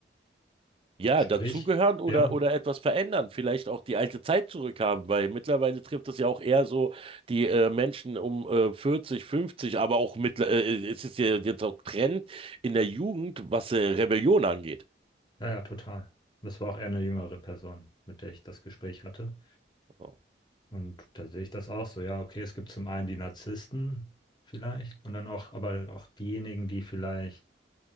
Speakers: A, on the right; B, on the left.
A: Ja,
B: Sprich,
A: dazugehören oder,
B: ja,
A: oder etwas verändern, vielleicht auch die alte Zeit zurückhaben, weil mittlerweile trifft es ja auch eher so die äh, Menschen um äh, 40, 50, aber auch mit, äh, äh, es ist ja jetzt auch Trend in der Jugend, was äh, Rebellion angeht.
B: ja, ja, total. Das war auch eher eine jüngere Person, mit der ich das Gespräch hatte.
A: So.
B: Und da sehe ich das auch so, ja, okay, es gibt zum einen die Narzissten vielleicht und dann auch, aber auch diejenigen, die vielleicht